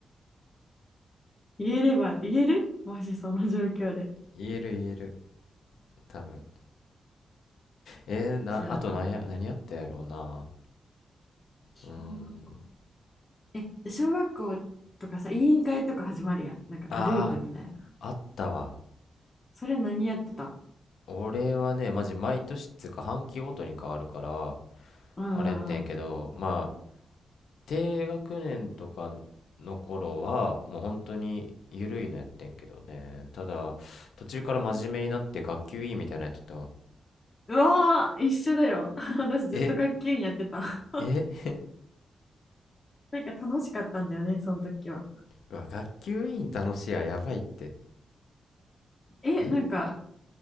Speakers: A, on the left; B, on the left.
A: 言えれば、言えるもしその状況で。
B: 言える言える、多分。えーな、
A: じゃあ、
B: あと何や、何やったやろうな。
A: 小学校。
B: うーん。
A: え、小学校とかさ、委員会とか始まるやん。なんかグループみたいな。
B: ああ、あったわ。
A: それ何やってた
B: 俺はね、マジ毎年っつうか、半期ごとに変わるから、
A: うんうんうん。
B: あれやってんけど、ま低学年とかの頃はもう本当に緩いのやってんけどねただ途中から真面目になって学級委員みたいなのやっとったわ
A: うわー、一緒だよ <laughs>。私ずっと学級委員やってた
B: え
A: <laughs>。
B: え
A: なんか楽しかったんだよね、その時は。
B: うわ学級委員楽しいややばいって
A: え、
B: え
A: なんか